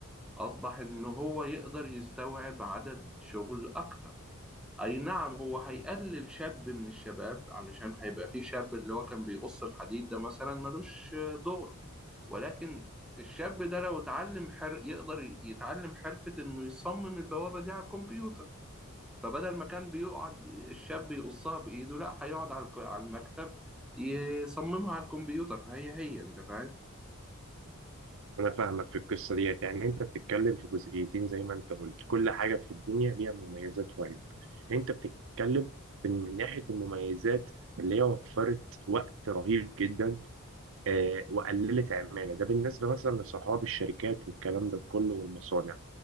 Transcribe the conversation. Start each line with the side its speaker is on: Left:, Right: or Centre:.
Centre: أصبح إن هو يقدر يستوعب عدد شغل أكتر أي نعم هو هيقلل شاب من الشباب علشان هيبقى في شاب اللي هو كان بيقص الحديد ده مثلا ملوش دور ولكن الشاب ده لو اتعلم حر يقدر يتعلم حرفة انه يصمم البوابة دي على الكمبيوتر فبدل ما كان بيقعد الشاب يقصها بإيده لا هيقعد على الك- على المكتب يصممها على الكمبيوتر فهي هي انت فاهم
Right: أنا فاهمك في القصة ديت يعني أنت بتتكلم في جزئيتين زي ما أنت قلت كل حاجة في الدنيا ليها مميزات وعيوب أنت بتتكلم في- من ناحية المميزات اللي هي وفرت وقت رهيب جدا آه وقللت عمالة ده بالنسبة مثلا لصحاب الشركات والكلام ده كله والمصانع